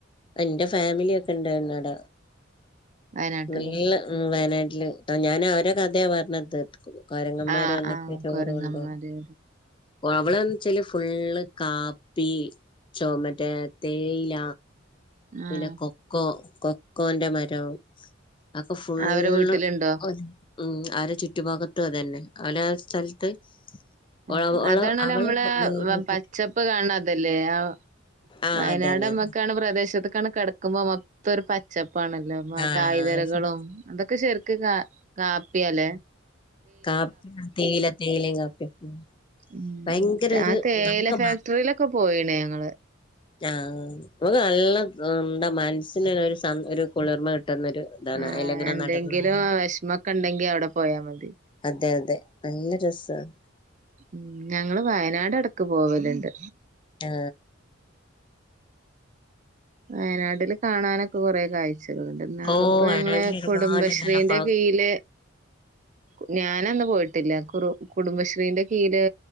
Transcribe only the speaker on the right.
വയനാട്ടില്
ആഹ്
ആഹ്
കൊരങ്ങന്മാര്
ആഹ്
അവരെ വീട്ടിലുണ്ടോ
ആ
അതാണല്ലോ
നമ്മള
പച്ചപ്പ് കാണതല്ലേ ആ
വയനാട്
അമ്മക്കാണ് പ്രദേശത്തക്കാണ് കെടക്കുമ്പോ മൊത്തം ഒരു പച്ചപ്പ് പ്പാണല്ലോ മ
തായ്‌വരകളും അതൊക്കെ ശെർക്ക് കാ കാപ്പിയല്ലേ
ഉം
ആ
തേയില
ഫാക്ടറിയിലൊക്ക പോയിണേ ഞങ്ങള്
ആഹ്
എന്തെങ്കിലും
വെഷമൊക്കെ ഇണ്ടെങ്കി അവിടെ പോയാ മതി
ഉം ഞങ്ങള് വയനാട് എടക്ക് പോവലൊണ്ട്
വയനാട്ടില് കാണാനൊക്ക കൊറേ കാഴ്ച ചെയ്തതു കൊണ്ട് ഇന്നാണ്
ഇപ്പ
ഞങ്ങളെ
കുടുംബശ്രീന്റെ
കീഴിൽ കു ഞാനന്ന് പോയിട്ടില്ല കുറു കുടുംബശ്രീന്റെ കീല്